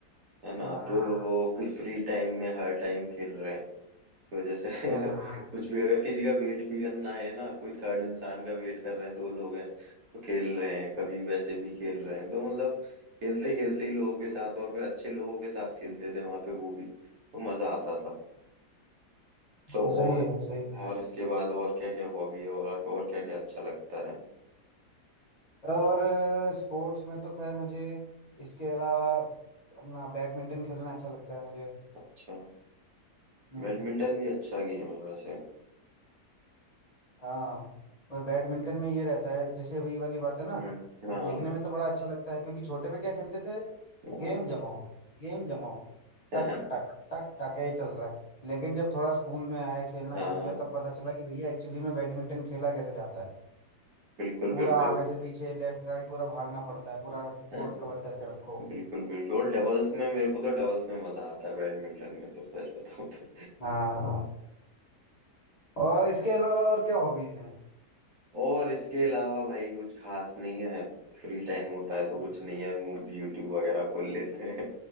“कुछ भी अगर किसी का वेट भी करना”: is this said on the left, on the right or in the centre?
Right